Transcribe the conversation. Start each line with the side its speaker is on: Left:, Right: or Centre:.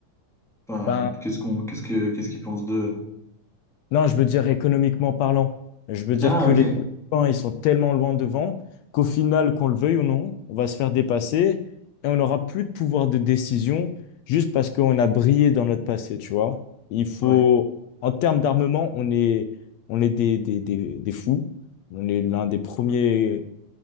Centre: Enfin,
Left: Ben,
Centre: qu'est-ce qu'on, qu'est-ce que, qu'est-ce qu'ils pensent d'eux? euh.
Left: Non, je veux dire économiquement parlant. Je veux dire
Centre: Ah,
Left: que
Centre: ok.
Left: les Américains, ils sont tellement loin devant qu'au final, qu'on le veuille ou non, on va se faire dépasser et on n'aura plus de pouvoir de décision juste parce qu'on a brillé dans notre passé, tu vois. Il faut,
Centre: Ouais.
Left: en termes d'armement, on est, on est des, des, des, des fous. On est l'un des premiers